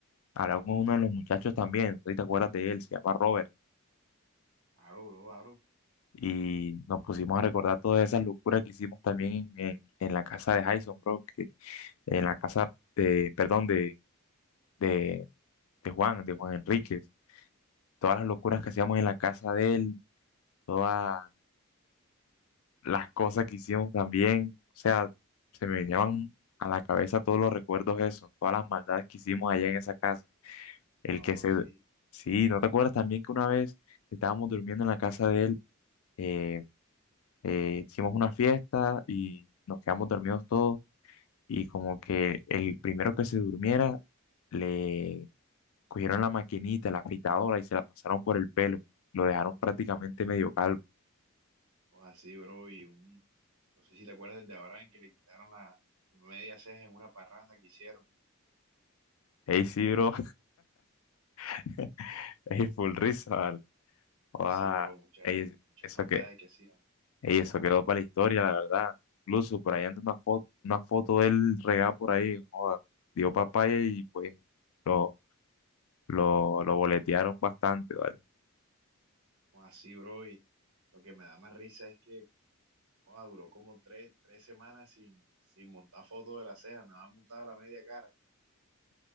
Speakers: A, on the left (about 70°); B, on the right (about 80°).
A: hablar con uno de los muchachos también, no sé si te acuerdas de él, se llama Robert,
B: Aro, bro, aro.
A: y nos pusimos a recordar todas esas locuras que hicimos también en, en, en la casa de Jason, bro, que, en la casa de, perdón, de, de, de Juan, de Juan Enríquez, todas las locuras que hacíamos en la casa de él, todas las cosas que hicimos también. O sea, se me venían a la cabeza todos los recuerdos esos, todas las maldades que hicimos allá en esa casa. El
B: O
A: que se...
B: sí.
A: Sí, ¿no te acuerdas también que una vez estábamos durmiendo en la casa de él, eh, eh, hicimos una fiesta y nos quedamos dormidos todos y como que el primero que se durmiera le cogieron la maquinita, la afeitadora y se la pasaron por el pelo. Lo dejaron prácticamente medio calvo.
B: O así, bro. Y un, no sé si te acuerdas del de Abraham que le quitaron la media ceja en una parranda que hicieron.
A: Ey, sí, bro. <laughs> Ey, full risa, vale. Guau,
B: O así, bro. Muchas,
A: ey, es-
B: muchas
A: eso
B: maldades
A: que,
B: que hacíamos.
A: ey, eso quedó para la historia, la verdad. Incluso por ahí anda una foto, una foto de él regada por ahí, joda, dio papaya y pues lo, lo, lo boletearon bastante, ¿vale?
B: O así, bro, y lo que me da más risa es que joda, duró como tres, tres semanas sin, sin montar fotos de la ceja, nada más montada la media cara.